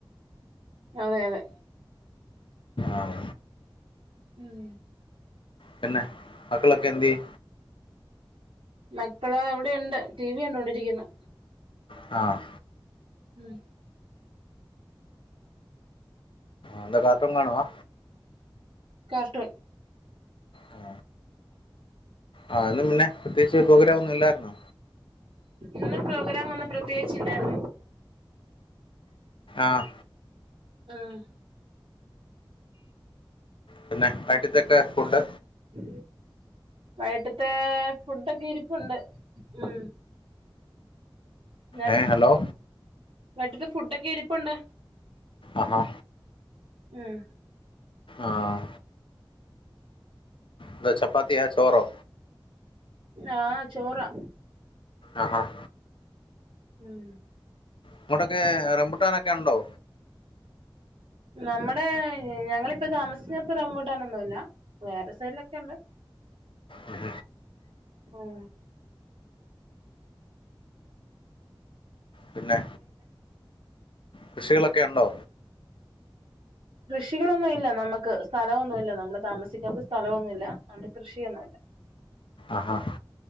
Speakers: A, on the right; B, on the left.
A: അതെ അതെ
B: ആഹ
A: ഉം
B: പിന്നെ മക്കളൊക്കെ എന്തിയെ?
A: മക്കള വിടെയുണ്ട് ടി വി ക ണ്ടോണ്ടിരിക്കുന്ന്.
B: ആ
A: ഉം.
B: ന്താ കാർട്ടുണ് കാണവാ?
A: കാർട്ടൂൺ
B: ആ ആ ന്താ പിന്നെ പ്രത്യേകിച്ച് പ്രോഗ്രമ ന്നുംല്ലായിരുന്നോ?
A: ഇന്ന് പ്രോഗ്രാന്നും പ്രത്യേകിച്ചണ്ടായി.
B: ആഹ
A: ആഹ
B: പിന്നെ <unintelligible> ത്തൊക്കെ ഫുട്ട്?
A: ഉ വൈട്ടത്തെ ഫുഡൊക്കെ ഇരിപ്പുണ്ട് ഉ.. ന്നെ
B: ഏ ഹലോ
A: വൈട്ടത്തെ ഫുഡൊക്കെ ഇരിപ്പണ്ട്.
B: ആഹോ
A: ഉം
B: ആഹ് ന്താ ചപ്പാത്തിയ്യാ ചോറോ?
A: ആഹ് ചോറാ.
B: ആഹ് ആഹ്
A: ഉം
B: അങ്ങോട്ടൊക്കെ റേബുട്ടാനൊക്കെ ണ്ടോ?
A: നമ്മടെ ഞങ്ങളിപ്പം താമസിക്കടത്ത് റെബുട്ടാൻ ഒന്നും ഇല്ലാ വേറെ സൈടിലെക്കേ ഒണ്ട്
B: ഉം.
A: ആഹ്.
B: പിന്നെ. കൃഷികള്ക്കെ ഒണ്ടോ?
A: കൃഷികളൊന്നും ഇല്ല നമ്മക്ക് സ്ഥലോന്നും ഇല്ല നമ്മള് താമിക്ക്ന്നാടത്ത് സ്ഥലോന്നും ഇല്ലാ അത് കൊണ്ട് കൃഷിയൊന്നും ഇല്ലാ.
B: ആഹ് ആഹ്.